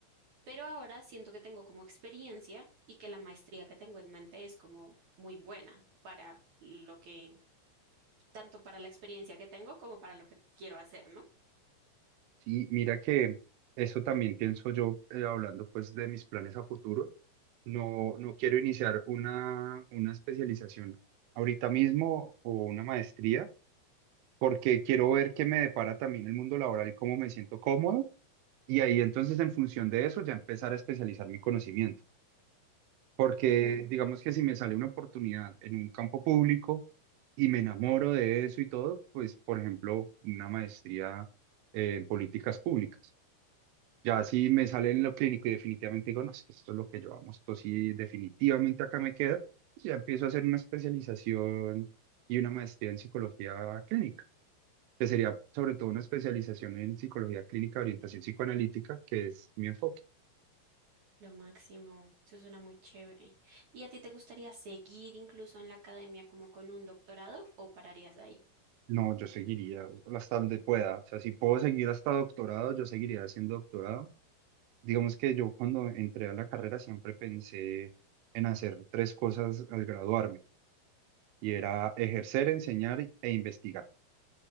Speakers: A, on the right; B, on the right.
A: Pero ahora siento que tengo como experiencia y que la maestría que tengo en mente es como muy buena para lo que, tanto para la experiencia que tengo como para lo que quiero hacer, ¿no?
B: Sí, mira que eso también pienso yo, eh, hablando pues de mis planes a futuro. No, no quiero iniciar una, una especialización ahorita mismo o una maestría, porque quiero ver qué me depara también el mundo laboral y cómo me siento cómodo. Y ahí entonces en función de eso ya empezar a especializar mi conocimiento. Porque
A: Ujú.
B: digamos que si me sale una oportunidad en un campo público y me enamoro de eso y todo, pues por ejemplo, una maestría eh, en políticas públicas. Ya si me sale en lo clínico y definitivamente digo, no, es que esto es lo que yo amo, esto sí definitivamente acá me quedo, pues ya empiezo a hacer una especialización y una maestría en psicología clínica, que sería sobre todo una especialización en psicología clínica, orientación psicoanalítica, que es mi enfoque.
A: Lo máximo, eso suena muy chévere. ¿Y a ti te gustaría seguir incluso en la academia como con un doctorado o pararías de ahí?
B: No, yo seguiría hasta donde pueda, o sea, si puedo seguir hasta doctorado, yo seguiría haciendo doctorado. Digamos que yo cuando entré a la carrera siempre pensé en hacer tres cosas al graduarme, y era ejercer, enseñar e investigar.